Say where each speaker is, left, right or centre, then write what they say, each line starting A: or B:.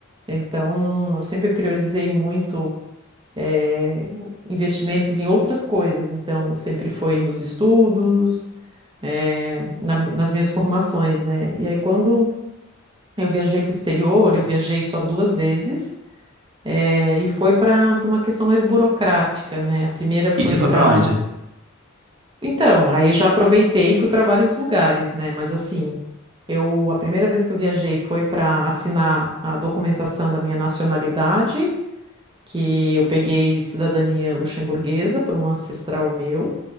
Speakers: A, on the right; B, on the right.
A: Então, eu sempre priorizei muito eh, investimentos em outras coisas. Então, sempre foi nos estudos, eh, na- nas minhas formações, né? E aí, quando eu viajei para o exterior, eu viajei só duas vezes, eh, e foi para para uma questão mais burocrática, né? A primeira foi
B: E você foi
A: para.
B: pra onde?
A: Então, aí já aproveitei e fui para vários lugares, né? Mas assim, eu a primeira vez que eu viajei foi para assinar a documentação da minha nacionalidade, que eu peguei cidadania luxemburguesa por um ancestral meu.